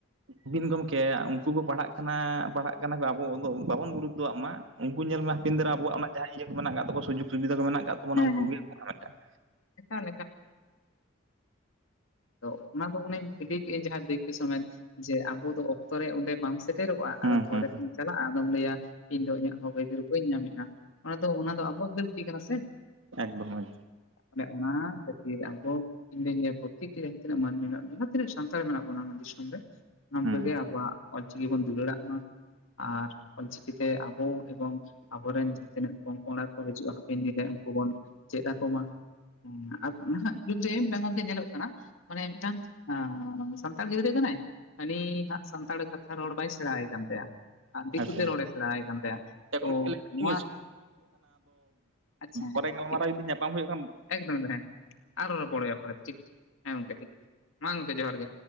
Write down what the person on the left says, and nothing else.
ᱦᱮᱸ
ᱦᱮᱸ
ᱮᱠᱟᱞ ᱚ ᱚᱱᱟ ᱫᱚ ᱚᱱ ᱤᱞᱤ ᱠᱮᱫᱟᱹᱧ ᱡᱟᱦᱟᱸ ᱫᱟᱹᱭᱠᱤ ᱥᱚᱢᱮᱛ ᱡᱮ ᱟᱵᱚ ᱫᱚ ᱚᱠᱛᱚ ᱨᱮ ᱚᱸᱰᱮ ᱵᱟᱢ ᱥᱮᱱ <unintelligible> ᱥᱮᱴᱮᱨᱚᱜᱼᱟ
ᱟᱨ ᱯᱚᱨᱮ
ᱛᱮᱢ ᱪᱟᱞᱟᱜᱼᱟ ᱟᱫᱚᱢ ᱞᱟᱹᱭᱟ ᱤᱧ ᱫᱚ ᱤᱧᱟᱹᱜ ᱦᱚᱸᱠ ᱟᱹᱭᱫᱟᱹᱨ ᱵᱟᱹᱧ ᱧᱟᱢᱮᱫᱼᱟ᱾ ᱚᱱᱟ ᱫᱚ ᱚᱱᱟ ᱫᱚ ᱟᱵᱚᱣᱟᱜ ᱜᱟᱹᱞᱛᱤ ᱠᱟᱱᱟ ᱥᱮ᱾
ᱛᱟᱦᱮ ᱚᱱᱟ ᱠᱷᱟᱹᱛᱤᱨ ᱟᱵᱚ ᱤᱧ <inaudible> ᱮ <inaudible> ᱡᱟᱦᱟᱸ ᱛᱤᱱᱟᱹᱜ ᱢᱟᱹᱱᱢᱤ ᱢᱮᱱᱟᱜ ᱵ <unintelligible> ᱡᱟᱦᱟᱸ ᱛᱤᱱᱟᱹᱜ ᱥᱟᱱᱛᱟᱲ ᱢᱮᱱᱟᱜ ᱵᱚᱱᱟ ᱚᱱᱟ ᱫᱤᱥᱚᱢ ᱨᱮ
<unintelligible> ᱟᱵᱣᱟᱜ ᱚᱞᱪᱤᱠᱤ ᱵᱚᱱ ᱫᱩᱞᱟᱹᱲᱟᱟᱜ ᱢᱟ᱾ ᱟᱨ ᱚᱞ ᱪᱤᱠᱤᱛᱮ ᱟᱵᱚ ᱮᱵᱚᱝ ᱟᱵᱚᱨᱮᱱ ᱡᱟᱦᱟᱸ ᱛᱤᱱᱟᱹᱜ ᱯᱚᱝᱯᱚᱝᱲᱟ ᱠᱚ ᱦᱤᱡᱩᱜᱼᱟ ᱦᱟᱯᱮᱱ ᱫᱤᱱ ᱨᱮ ᱩᱱᱠᱩ ᱵᱚᱱ ᱪᱮᱫ ᱟᱠᱚᱚᱢᱟ ᱟᱨ ᱱᱟᱦᱟᱜ ᱡᱩᱜᱽ ᱨᱮ ᱢᱤᱫᱴᱟᱝ ᱜᱚᱢᱠᱮ ᱧᱮᱞᱚᱜ ᱠᱟᱱᱟ ᱢᱟᱱᱮ ᱢᱤᱫᱴᱟᱝ ᱥᱟᱱᱛᱟᱲ ᱜᱤᱫᱽᱨᱟᱹ ᱠᱟᱱᱟᱭ ᱦᱟᱱᱤ ᱦᱟᱸᱜ ᱥᱟᱱᱛᱟᱲ ᱠᱟᱛᱷᱟ ᱨᱚᱲ ᱵᱟᱭ ᱥᱮᱬᱟᱭᱟᱭ ᱠᱟᱱ ᱛᱟᱭᱟ᱾ ᱟᱨ ᱫᱤᱠᱩᱛᱮ
ᱨᱚᱲᱮ ᱥᱮᱬᱟᱭᱟᱭ ᱠᱟᱱ ᱛᱟᱭᱫ
ᱛᱚ
ᱱᱚᱣᱟ ᱟᱪᱪᱷᱟ ᱦᱮᱸ
ᱴᱷᱤᱠ
ᱮᱠᱫᱚᱢ ᱫᱚ ᱦᱮᱸ ᱟᱨᱚ ᱨᱚᱯᱚᱲ ᱦᱚᱭᱚᱜ ᱯᱚᱨᱮ ᱛᱮ ᱴᱷᱤᱠ ᱦᱮᱸ ᱜᱚᱝᱠᱮ ᱴᱷᱤᱠ ᱢᱟ ᱜᱚᱢᱠᱮ ᱡᱚᱦᱟᱨ ᱜᱮ